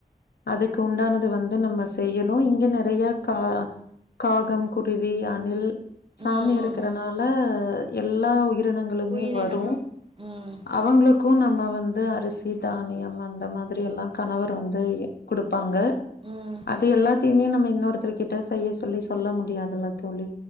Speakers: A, on the left (about 80°); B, on the right (about 35°).
A: அதுக்கு உண்டானது வந்து நம்ம செய்யணு இங்க நெறைய கா காகம் குருவி அணில் சாமி
B: ம்
A: இருக்கறனால
B: ம்
A: எல்லா உயி ரினங்களுமே
B: உயிரினங்களும்
A: வரு
B: ம்
A: அவங்களுக்கு நம்ம வந்து அரிசி தானியம் அந்த மாதிரி எல்லா கணவர் வந்து குடு ப்பாங்க
B: ம்
A: அது எல்லாத்த த்திமே நம்ம இன்னொருத்தருர்கிட்ட செய்ய சொல்லி சொல்ல முடியாததுல்ல தோழி